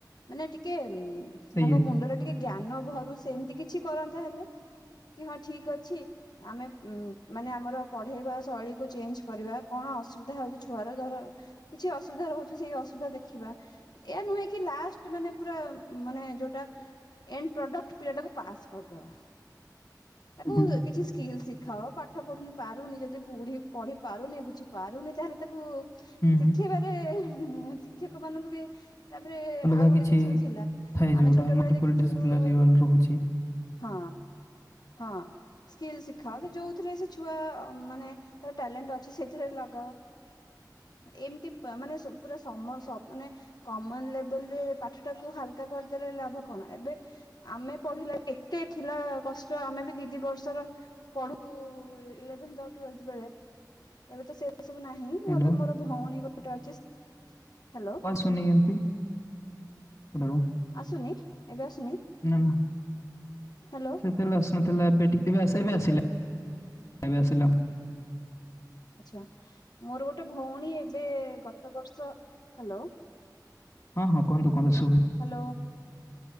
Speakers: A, on the left; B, on the left.
A: ମାନେ ଟିକେ ତାଙ୍କ
B: ସେଇଆ
A: ମୁଣ୍ଡରେ ଟିକେ ଜ୍ଞାନ ଭରୁ ସେ ଏମିତି କିଛି କରନ୍ତା ହେଲେ। କି ହଁ ଠିକ ଅଛି ଆମେ ଉ ମାନେ ଆମର ପଢେଇବା ଶୈଳୀକୁ ଚେଞ୍ଜ କରିବା କଣ ଅସୁବିଧା ହଉଛି ଛୁଆର ଧର କିଛି ଅସୁବିଧା ରହୁଚି ସେଇ ଅସୁବିଧା ଦେଖିବା ଏୟ ନୁହେଁ କି ଲାଷ୍ଟ ମାନେ ପୁରା ମାନେ ଯୋ ଏନ୍ ପ୍ରଡକ୍ଟ <unintelligible> ପାସ୍ କରିଦବା।
B: ହୁଁ।
A: ତାକୁ
B: ହୁଁ
A: କିଛି ସ୍କିଲ୍ ଶିଖ ଖ ପାଠ ପଢୁନି ପାରୁନି ଯଦି ବୁଢୀ ପଢି ପାରୁନି ବୁଝି ପାରୁନି ତାହେଲେ ତାକୁ
B: ହୁଁ ହୁଁ,
A: ଶିଖେଇବାରେ ଶିକ୍ଷକ ମାନଙ୍କୁ ବି ତାପରେ
B: ଅଲଗା
A: ଆଉ ଗୋଟେ
B: କିଛି
A: ଜିନିଷ ବି ଥିଲା
B: ଥାଏ
A: ଆମେ
B: ଯୋଉଟା
A: ଛୋଟ
B: ମଲ୍ଟିପୁଲ
A: ବେଳେ ଦେଖିଥିଲୁ
B: ଡିସିପ୍ଲିନାରୀ ୱାଲ ରହୁଛି
A: ହଁ ହଁ ସ୍କିଲ୍ ଶିଖାଅ ସେ ଯୋଉଥିରେ ସେ ଛୁଆ ମାନେ ତର ଟ୍ୟାଲେଣ୍ଟ ଅଛି ସେଇଥିରେ ଲଗାଅ। ଏମିତି ମାନେ ପୁରା ସମସ ମାନେ କମନ ଲେବଲ ରେ ପାଠ ଟାକୁ ହାଲକା କରିଦେଲେ ଲାଭ କଣ ଏବେ ଆମେ ପଢିଲା କେତେ ଥିଲା କଷ୍ଟ ଆମେ ବି ଦି ଦି ବର୍ଷର ପଢୁ ଇଲେଭେନ୍ ତ୍ୱେଲ୍ଭେଥ ବେଳେ ଏବେ ତ ସେ ସବୁ ନାହିଁ
B: ହ୍ୟାଲୋ
A: ମୁଁ ଏବେ ମୋର ଭଉଣୀ ଗୋଟେ ଅଛି ହେଲୋ
B: <unintelligible> ହ୍ୟାଲୋ
A: ଆସୁନି ଏବେ ଆସୁନି
B: ନା ନା
A: ହ୍ୟାଲୋ
B: ସେତେବେଳେ ଆସୁନଥିଲା ଏବେ ଟିକେବେ ଆସ ଏବେ ଆସିଲା। ଏବେ ଆସିଲା।
A: ଆଛା ମୋର ଗୋଟେ ଭଉଣୀ ଏବେ ଗତ ବର୍ଷ ହେଲୋ
B: ହଁ ହଁ କୁହନ୍ତୁ କୁହନ୍ତୁ ସୁବି
A: ହାଲୋ